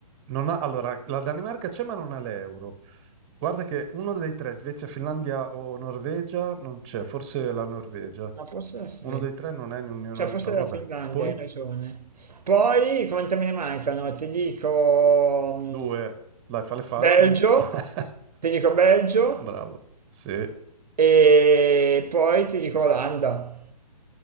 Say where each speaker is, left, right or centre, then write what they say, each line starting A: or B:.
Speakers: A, on the right; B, on the right.
A: Non ha- Allora, la Danimarca c'è ma non ha l'euro. Guarda che uno dei tre, Svezia, Finlandia o Norvegia, non c'è, forse la Norvegia.
B: Ma forse la Svezia.
A: Uno dei tre non è in Unione
B: Cioè,
A: Europea,
B: forse la
A: vabbè.
B: Finlandia,
A: Poi?
B: hai ragione. Poi, quante me ne mancano? Ti dico mm,
A: Due, dai, fale facili.
B: Belgio,
A: <laughs>
B: ti dico Belgio
A: Bravo. Sì,
B: e poi ti dico Olanda.